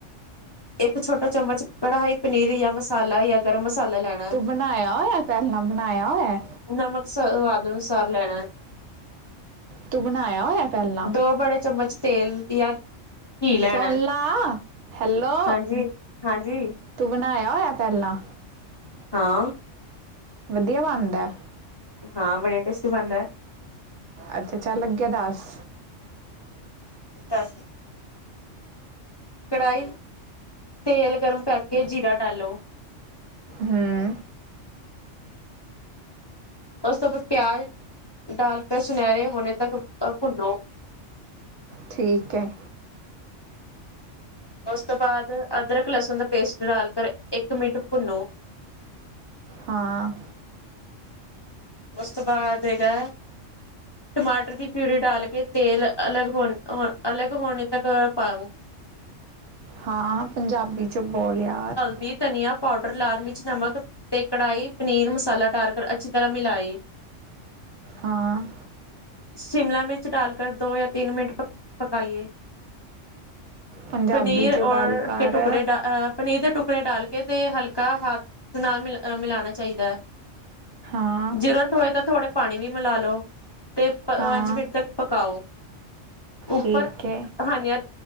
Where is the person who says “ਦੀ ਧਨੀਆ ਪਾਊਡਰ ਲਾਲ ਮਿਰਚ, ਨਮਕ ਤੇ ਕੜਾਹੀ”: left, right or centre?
Left